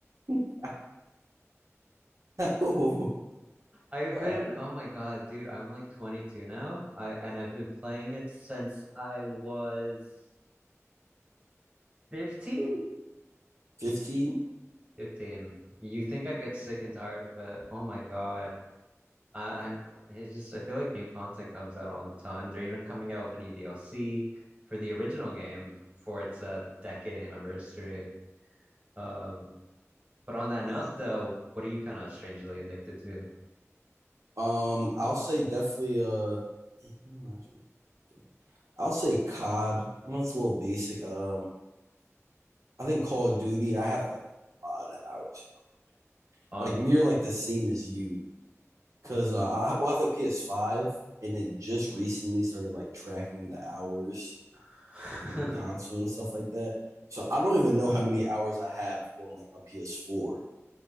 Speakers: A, on the right; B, on the right.
A: <laughs> Oh,
B: I've
A: wow.
B: been, oh my God, dude, I'm like 22 now. I and I've been playing it since I was 15?
A: 15?
B: 15. You think I'd get sick and tired of it? Oh my God. I, I'm it's just I feel like new content comes out all the time. They're even coming out with a new DLC for the original game for its uh, decade anniversary. Um, but on that
A: Wow.
B: note though, what are you kind of strangely addicted to?
A: Um, I'll say definitely uh dang, what am I trying to do? I'll say COD. I know it's a little basic. Um, I think Call of Duty, I have like a lot of hours in Call-
B: On
A: like near like the same as you. Cause uh, I, well, I have a PS5, and it just recently started like tracking the hours
B: <laughs>
A: with the new console and stuff like that. So I don't even know how many hours I have on like my PS4